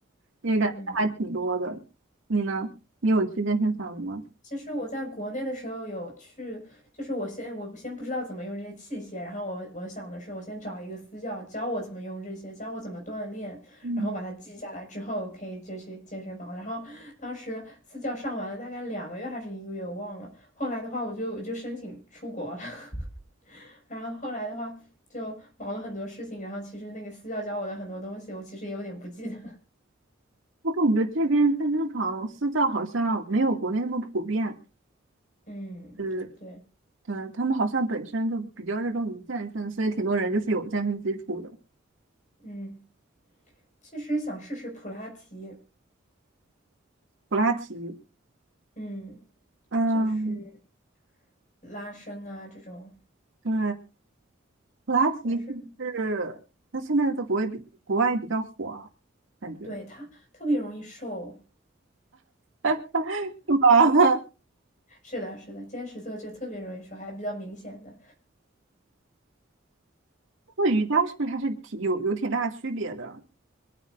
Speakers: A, on the right; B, on the left.
A: 因为感觉还挺多的。
B: 嗯，
A: 你呢？你有去健身房吗？
B: 其实我在国内的时候有去，就是我先我先不知道怎么用这些器械，然后我我想的是我先找一个私教教我怎么用这些，教我怎么锻炼，
A: 嗯，
B: 然后把它记下来之后可以就去健身房。然后当时私教上完了大概两个月还是一个月，我忘了。后来的话我就我就申请出国了，<laughs> 然后后来的话就忙了很多事情，然后其实那个私教教我的很多东西我其实也有点不记得。
A: 我感觉这边健身房私教好像没有国内那么普遍，
B: <laughs> 嗯，
A: 就是
B: 对，
A: 对，他们好像本身就比较热衷于健身，所以挺多人就是有健身基础的，
B: 嗯，其实想试试普拉提。
A: 普拉提。
B: 嗯，
A: 嗯，
B: 就是拉伸啊这种，
A: 对，普拉提是不是那现在在国外比国外比较火啊？
B: 我是
A: 感觉
B: 对它特别容易瘦。
A: <laughs> 是吧？<laughs>
B: 是的，是的，坚持做就特别容易瘦，还比较明显的。
A: 那瑜伽是不是还是挺有有挺大区别的？